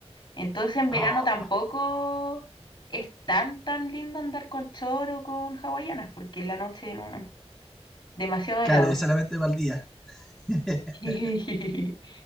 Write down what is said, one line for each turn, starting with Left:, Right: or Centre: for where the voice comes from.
Left: Entonces en
Centre: ah,
Left: verano tampoco es tan tan lindo andar con choro o con hawaianas, porque en la noche no, no, demasiado
Centre: Claro,
Left: helado.
Centre: es solamente para el día. <laughs>
Left: <laughs>